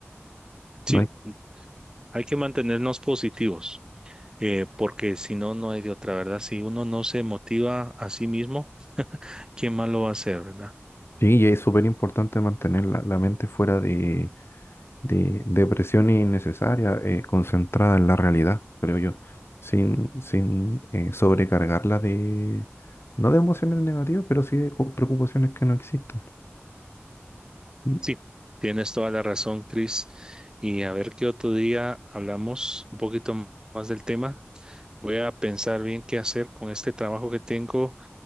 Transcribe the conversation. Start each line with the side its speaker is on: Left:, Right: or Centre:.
Right: Sí,
Left: No hay,
Right: hay que mantenernos positivos. eh, porque si no, no hay de otra, ¿verdad? Si uno no se motiva a sí mismo, ¿quién más lo va a hacer, verdad?
Left: sí, y es súper importante mantener la, la mente fuera de, de, de presiones innecesarias, eh, concentrada en la realidad, creo yo, sin, sin eh, sobrecargarla de, no de emociones negativas, pero sí de co- preocupaciones que no existen. Y-
Right: Sí, tienes toda la razón, Chris. Y a ver qué otro día hablamos un poquito m- más del tema. Voy a pensar bien qué hacer con este trabajo que tengo.